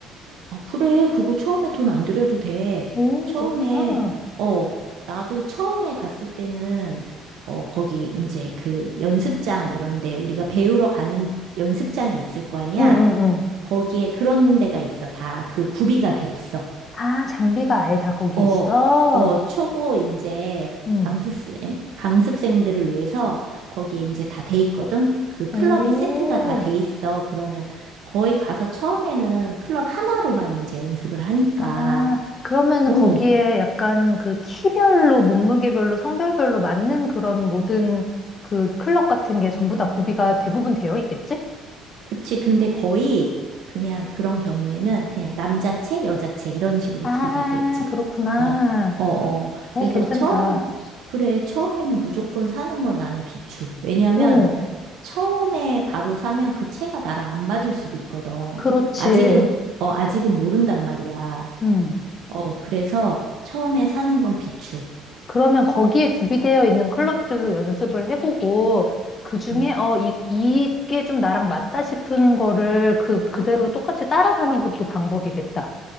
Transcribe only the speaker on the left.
오,
그렇구나.
응, 응, 응.
아, 장비가 아예 다 거기
있어?
응.
오.
아, 그러면
거기에 약간 그 키별로, 몸무게별로, 성별별로 맞는 그런 모든 그 클럽 같은 게 전부 다 구비가 대부분 되어 있겠지?
아,
그렇구나.
어,
괜찮다.
오,
그렇지.
음.
그러면 거기에 구비되어 있는 클럽들로 연습을 해보고, 그 중에,
어, 이, 이게 좀 나랑 맞다 싶은 거를 그, 그대로 똑같이 따라가는 것도 방법이겠다.